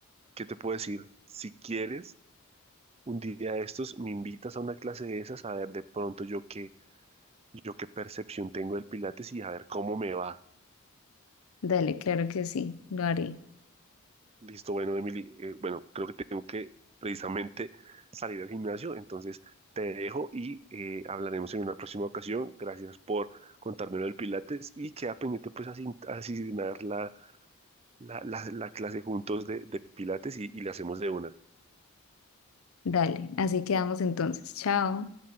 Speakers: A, on the right; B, on the left.
A: ¿qué te puedo decir? Si quieres... Un día de estos me invitas a una clase de esas a ver de pronto yo qué, yo qué percepción tengo del Pilates y a ver cómo me va.
B: Dale, claro que sí, lo haré.
A: Listo, bueno, Emily, eh, bueno, creo que tengo que precisamente salir al gimnasio, entonces te dejo y eh, hablaremos en una próxima ocasión. Gracias por contármelo del Pilates y queda pendiente pues asin- asignar la, la, la- la clase juntos de, de Pilates y, y la hacemos de una.
B: Dale, así quedamos entonces. Chao.